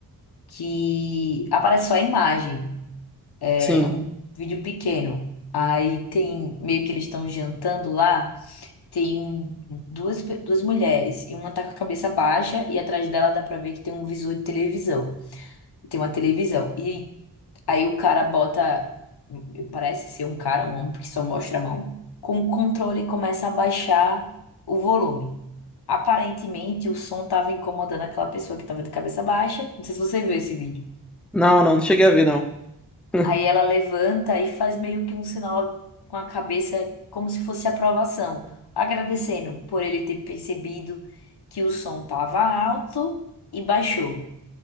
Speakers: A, on the left (about 70°); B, in the centre.
A: que aparece só a imagem.
B: Sim.
A: É um vídeo pequeno. Aí tem, meio que eles estão jantando lá, tem duas, pe- duas mulheres, e uma tá com a cabeça baixa, e atrás dela dá pra ver que tem um visor de televisão. Tem uma televisão. E aí o cara bota, parece ser um cara, um homem, porque só mostra a mão, com o controle e começa a baixar o volume. Aparentemente o som tava incomodando aquela pessoa que tava de cabeça baixa. Não sei se você viu esse vídeo.
B: Não, não, não cheguei a ver, não. <laughs>
A: Aí ela levanta e faz meio que um sinal com a cabeça, como se fosse aprovação, agradecendo por ele ter percebido que o som estava alto e baixou,